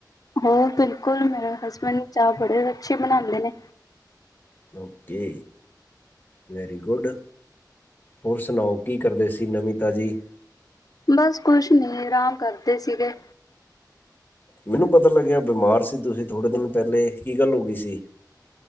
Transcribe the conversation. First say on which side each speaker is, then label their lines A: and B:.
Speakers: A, on the left; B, on the left.
A: ਹੋਰ ਬਿਲਕੁੱਲ ਮੇਰੇ ਹਸਬੈਂਡ ਚਾਹ ਬੜੀ ਅੱਛੀ ਬਣਾਂਦੇ ਨੇਂ।
B: ਓਕੇ ਵੈਰੀ ਗੁੱਡ, ਹੋਰ ਸੁਣਾਓ ਕੀ ਕਰਦੇ ਸੀ ਨਵੀਂ ਤਾਜੀ
A: ਬਸ ਕੁੱਛ ਨਈਂ ਆਰਾਮ ਕਰਦੇ ਸੀਗੇ।
B: ਮੈਨੂੰ ਪਤਾ ਲੱਗਿਆ ਬਿਮਾਰ ਸੀ ਤੁਸੀਂ ਥੋੜੇ ਦਿਨ ਪਹਿਲੇ ਕੀ ਗੱਲ ਹੋ ਗਈ ਸੀ।